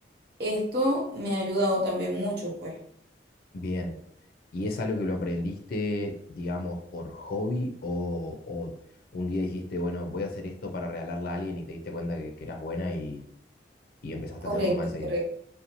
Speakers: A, on the right; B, on the left.
A: esto me ha ayudado también mucho, pues.
B: Bien. ¿Y es algo que lo aprendiste, digamos, por hobby o, o un día dijiste, bueno, voy a hacer esto para regalarle a alguien y te diste cuenta que, que eras buena y, y empezaste
A: Correcto,
B: a hacerlo más de
A: correcto.
B: seguido?